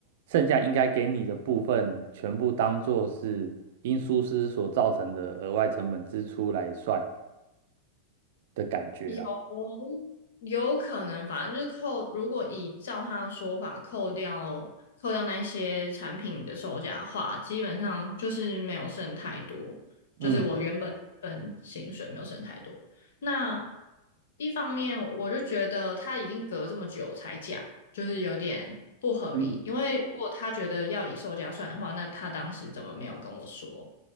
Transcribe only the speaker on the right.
剩下应该给你的部分全部当做是因疏失所造成的额外成本支出来算的感觉啦。
嗯
嗯，